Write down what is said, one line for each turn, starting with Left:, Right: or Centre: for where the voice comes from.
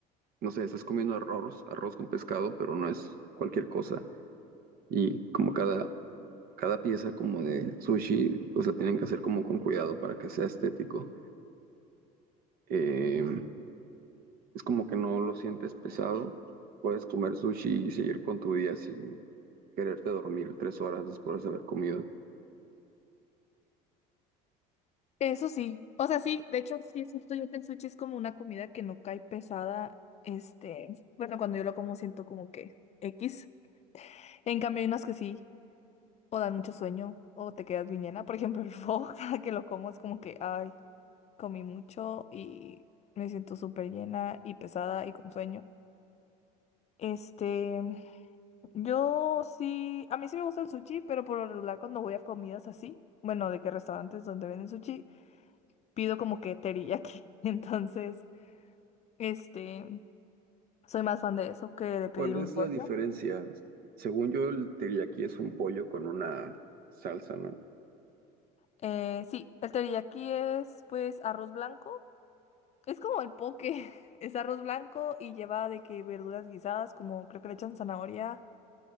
Right: no sé, estás comiendo arroz, arroz con pescado, pero no es cualquier cosa. Y como cada, cada pieza como de sushi, pues la tienen que hacer como con cuidado para que sea estético. Eh, es como que no lo sientes pesado, puedes comer sushi y seguir con tu día sin quererte dormir tres horas después de haber comido.
Left: Eso sí, o sea, sí, de hecho, sí es cierto, yo que el sushi es como una comida que no cae pesada, este, bueno, cuando yo lo como siento como que X, en cambio hay unas que sí, o dan mucho sueño, o te quedas bien llena, por ejemplo, el pho, <laughs> cada que lo como es como que, ay, comí mucho y me siento súper llena y pesada y con sueño, este, Yo sí, a mí sí me gusta el sushi, pero por lo regular cuando voy a comidas así, bueno, de que restaurantes donde venden sushi, pido como que teriyaki. <laughs> Entonces, este, soy más fan de eso que de pedir
Right: ¿Cuál es
Left: un rollo.
Right: la diferencia? Según yo, el teriyaki es un pollo con una salsa, ¿no?
Left: Eh, sí, el teriyaki es pues arroz blanco. Es como el poke, <laughs> es arroz blanco y lleva de que verduras guisadas, como creo que le echan zanahoria,